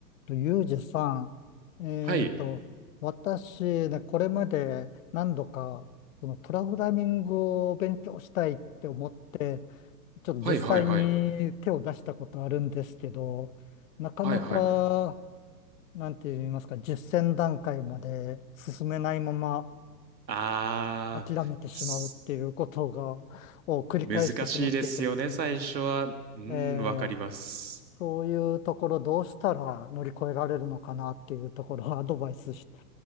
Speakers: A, on the left; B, on the right.
A: と、ユージさん、えっと、
B: はい。
A: 私ね、これまで何度か、そのプログラミングを勉強したいって思って、ちょっと実際に手を出したことあるんですけど、
B: はいはいはい。
A: なかなか、
B: はいはい。
A: なんて言いますか、実践段階まで進めないまま
B: あー、
A: 諦めてしまうっていうことが、
B: す
A: を繰り返してしまっていてですね、
B: 難しいですよね、最初は。うん、
A: え
B: わかります。
A: そういうところどうしたら乗り越えられるのかなっていうところを <laughs> アドバイスして